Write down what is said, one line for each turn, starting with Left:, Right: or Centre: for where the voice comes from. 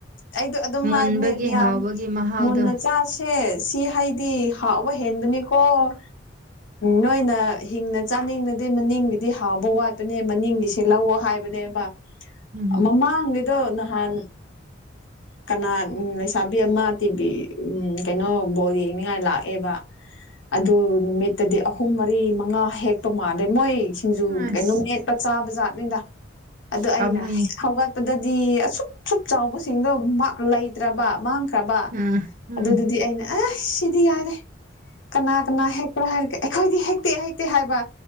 Left: ꯑꯩꯗꯣ ꯑꯗꯨꯝ
Right: ꯃꯨꯟꯕꯒꯤ
Left: ꯍꯥꯏꯕꯅꯦ ꯃꯤꯌꯥꯝ
Right: ꯍꯥꯎꯕꯒꯤ ꯃꯍꯥꯎꯗꯣ
Left: ꯃꯨꯟꯅ ꯆꯁꯤ ꯁꯤ ꯍꯥꯏꯗꯤ ꯍꯥꯎꯕ ꯍꯦꯟꯕꯅꯤꯀꯣ ꯎꯝ ꯅꯣꯏꯅ ꯍꯤꯡꯅ ꯆꯥꯅꯤꯡꯅꯗꯤ ꯃꯅꯤꯡꯒꯤꯗꯤ ꯍꯥꯎꯕ ꯋꯥꯠꯄꯅꯦ ꯃꯅꯤꯡꯒꯤꯁꯦ ꯂꯧꯑꯣ ꯍꯥꯏꯕꯅꯦꯕ
Right: ꯎꯝ
Left: ꯃꯃꯥꯅꯤꯗꯣ ꯅꯍꯥꯟ ꯀꯅꯥ ꯂꯩꯁꯥꯕꯤ ꯑꯃ ꯇꯤꯚꯤ ꯎꯝ ꯀꯩꯅꯣ ꯕꯣꯜ ꯌꯦꯡꯅꯤꯡꯉꯥꯏ ꯂꯥꯛꯑꯦꯕ
Right: ꯎ <unintelligible> <inaudible>
Left: ꯑꯗꯨ ꯅꯨꯃꯤꯠꯇꯗꯤ ꯑꯍꯨꯝ ꯃꯔꯤ ꯃꯉꯥ ꯍꯦꯛꯄ ꯃꯥꯜꯂꯦ ꯃꯣꯏ ꯁꯤꯡꯖꯨ
Right: ꯑꯁ
Left: ꯀꯩꯅ ꯅꯨꯃꯤꯠ ꯄꯆꯥ ꯕ ꯖꯥꯠꯅꯤꯅ ꯑꯗꯣ
Right: ꯄꯥꯝꯃꯨꯌꯦ
Left: ꯑꯩꯅ ꯍꯧꯒꯠꯄꯗꯗꯤ ꯑꯁꯨꯛ ꯑ ꯁꯛ ꯆꯥꯎꯕ ꯁꯤꯡꯗꯣ ꯂꯩꯇ꯭ꯔꯕ ꯃꯥꯡꯈ꯭ꯔꯕ
Right: ꯎꯝ ꯎꯝ
Left: ꯑꯗꯨꯗꯨꯗꯤ ꯑꯩꯅ ꯑ ꯁꯤꯗꯤ ꯌꯥꯒꯦ ꯀꯅꯥ ꯀꯅꯥ ꯍꯦꯛ ꯄ꯭ꯔ ꯍꯥꯏꯔ ꯑꯩꯈꯣꯏꯗꯤ ꯍꯦꯛꯇꯦ ꯍꯦꯛꯇꯦ ꯍꯥꯏꯕ